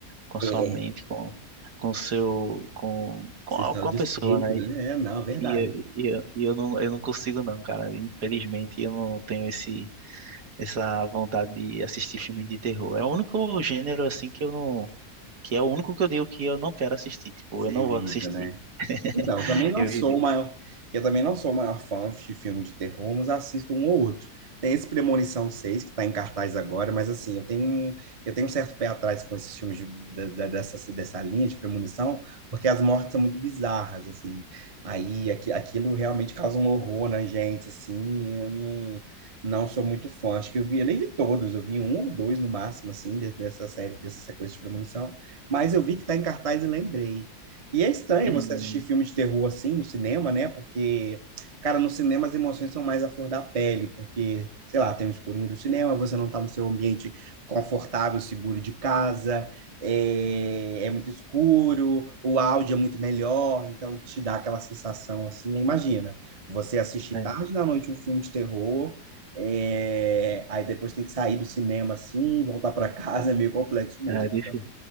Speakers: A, on the right; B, on the right.
A: com sua
B: É.
A: mente, com com seu com com
B: Essa
A: a,
B: história
A: com
B: de
A: a pessoa,
B: espírito,
A: né?
B: né?
A: E,
B: É, não, é verdade.
A: e, e eu, e eu não eu não consigo não, cara. Infelizmente eu não tenho esse essa vontade de assistir filme de terror. É o único gênero assim que eu não que é o único que eu digo que eu não quero assistir, tipo,
B: Você
A: eu não
B: evita,
A: vou assistir.
B: né? Então,
A: <laughs>
B: eu também não
A: Eu
B: sou
A: evito.
B: o maior, eu também não sou o maior fã de filme de terror, mas assisto um ou outro. Tem esse Premonição 6 que está em cartaz agora, mas assim, eu tenho um, eu tenho um certo pé atrás com esses filmes de- da- da- dessa, dessa linha de premonição, porque as mortes são muito bizarras, assim. Aí aqui, aquilo realmente causa um horror na gente, assim, eu não, não sou muito fã. Acho que eu vi, eu nem vi todos, eu vi um ou dois no máximo, assim, de- dessa série, dessa sequência de premonição, mas eu vi que está em cartaz e lembrei. E é estranho
A: <clears throat>
B: você assistir filme de terror assim no cinema, né? Porque, cara, no cinema as emoções são mais à flor da pele, porque, sei lá, tem o escurinho do cinema, você não tá no seu ambiente confortável, seguro de casa, é, é muito escuro, o áudio é muito melhor, então te dá aquela sensação assim. Aí Imagina, você assistir
A: Hum,
B: tarde da noite um filme de terror, é, aí depois tem que sair do cinema assim, voltar pra <laughs> casa, é meio complexo mesmo.
A: É, é difícil.